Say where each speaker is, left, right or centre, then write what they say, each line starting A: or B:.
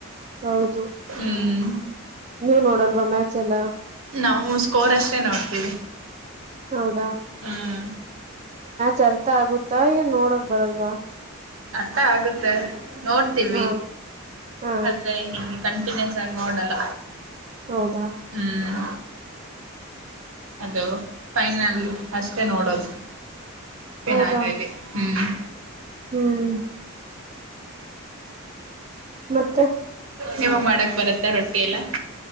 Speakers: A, on the right (about 30°); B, on the right (about 70°).
A: ಹೌದು
B: ಹ್ಮ್
A: ನೀವ ನೋಡಲ್ವಾ ಮ್ಯಾಚ್ ಎಲ್ಲ
B: ನಾವು ಸ್ಕೋರ್ ಅಷ್ಟೇ ನೋಡ್ತೀವಿ
A: ಹೌದಾ
B: ಹ್ಮ್
A: ಚರ್ಥ ಆಗುತ್ತಾ ಏನ್ ನೋಡಕ್ ಬರಲ್ವಾ
B: ಅಷ್ಟ ಆಗುತ್ತೆ ನೋಡ್ತೀವಿ
A: ಹಾ ಹಾ
B: ಅದೇ ಹಿಗೆ ಕಂಟಿನ್ಯೂಸ್ ಆಾಗಿಿ ನೋಡಲ್ಲ
A: ಹೌದಾ
B: ಹ್ಮ್ ಅದು ಫೈನಲ್ ಅಷ್ಟೇ ನೋಡೋದು ಪನ್ನ
A: ಹೌದಾ
B: ಅದೇಲ್ಲಿ ಹ್ಮ್
A: ಹ್ಮ್ ಮತ್ತೆ
B: ನೀಮಗೆ ಮಾಡಕ್ ಬರತ್ತಾ ರೊಟ್ಟಿ ಎಲ್ಲ